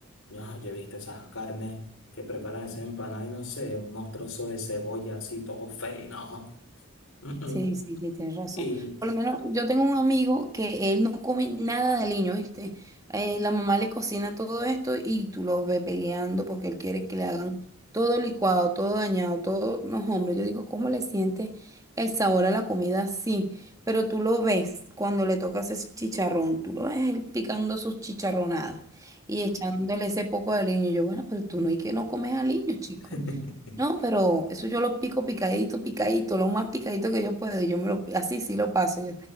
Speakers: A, on the left; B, on the right.
A: ya, yo he visto esas carnes que preparan esas empanadas y no sé, unos trozos de cebolla así, todo feo, y no. mm, mm.
B: Sí, sí, sí, tienes razón.
A: Y
B: Por lo menos yo tengo un amigo que él no come nada de aliño, ¿viste? Eh, la mamá le cocina todo esto y tú lo ves peleando porque él quiere que le hagan todo licuado, todo dañado, todo. No, hombre, yo digo, ¿cómo le siente el sabor a la comida? Sí, pero tú lo ves cuando le tocas ese chicharrón, tú lo ves él picando sus chicharronadas y echándole ese poco de aliño. Yo, bueno, pero tú no hay que no comes aliño, chico.
A: <laughs>
B: No, pero eso yo lo pico picadito, picadito, lo más picadito que yo puedo. y Yo me lo, pi- así sí lo paso. Yo.